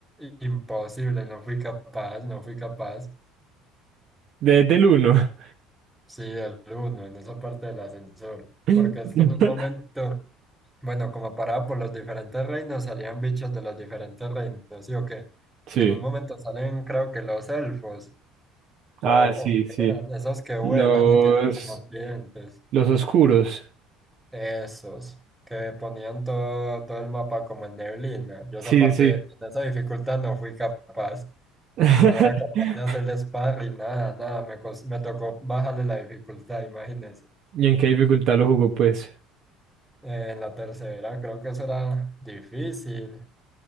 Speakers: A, in the centre; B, on the right.
A: imposible, no fui capaz, no fui capaz.
B: De- del uno.
A: Sí, el uno, en esa parte del ascensor.
B: <laughs>
A: Porque es que en un momento, bueno, como paraba por los diferentes reinos, salían bichos de los diferentes reinos, ¿sí o qué?
B: Sí.
A: Y en un momento salen, creo que los elfos, o,
B: Ah, sí,
A: o qué
B: sí.
A: eran, esos que vuelan
B: Los,
A: y tienen como clientes,
B: los oscuros.
A: esos, que ponían todo, todo el mapa como en neblina. Yo
B: Sí,
A: esa parte,
B: sí.
A: en esa dificultad no fui capaz,
B: <laughs>
A: no era capaz de hacerle sparring, nada, nada, me, cos- me tocó bajarle la dificultad, imagínense.
B: ¿Y en qué dificultad lo jugó, pues?
A: Eh, en la tercera creo que eso era difícil,